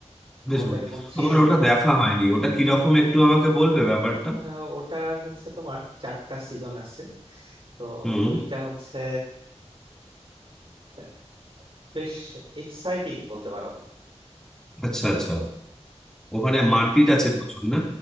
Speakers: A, in the centre; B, on the right.
A: বেশ
B: মজার
A: বলি
B: এবং থ্রিলিং
A: আমার ওটা দেখা হয়নি ওটা কিরকম একটু আমাকে বলবে ব্যাপারটা
B: আহ, ওটার হচ্ছে তোমার চারটা সিজন আছে তো
A: হুম
B: ওইটা হচ্ছে আহ, বেশ এক্সাইটিং বলতে পারো
A: আচ্ছা আচ্ছা ওখানে
B: এত
A: মারপিট আছে প্রচুর না